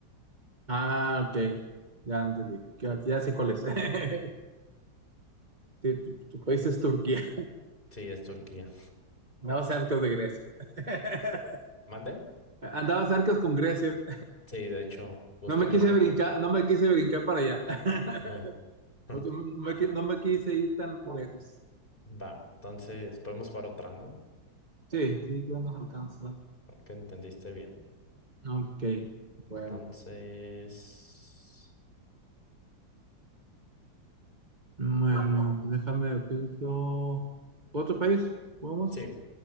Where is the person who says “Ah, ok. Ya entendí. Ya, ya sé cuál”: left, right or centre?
Right